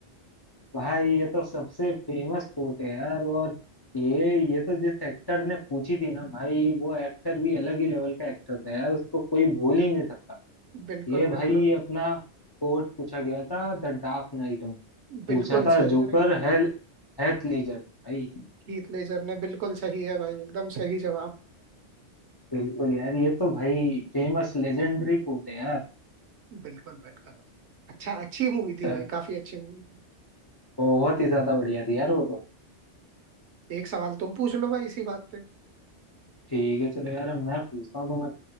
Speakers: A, on the left; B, on the right.
A: भाई ये तो सबसे फेमस कोट है यार और ये ये तो जिस एक्टर ने पूछी थी ना भाई वो एक्टर भी अलग ही लेवल का एक्टर था यार उसको कोई भूल ही नहीं सकता
B: बिल्कुल
A: ये भाई
B: बिल्कुल
A: ये अपना कोट पूछा गया था द डार्क नाइट में
B: बिल्कुल
A: पूछा था
B: सही
A: जोकर
B: अरे
A: है हैथ लीजर भाई
B: हीथ लेजर ने बिल्कुल सही है भाई एकदम सही जवाब।
A: बिल्कुल यार ये तो भाई फेमस लेजेंडरी कोट है यार
B: बिल्कुल बिल्कुल भाई अच्छा अच्छी मूवी थी
A: चल,
B: भाई काफी अच्छी मूवी थी
A: बहुत ही ज्यादा बढ़िया थी यार वो तो
B: एक सवाल तुम पूछ लो भाई इसी बात पे
A: ठीक है चलो यार अब मैं पूछता हूँ तुम्हें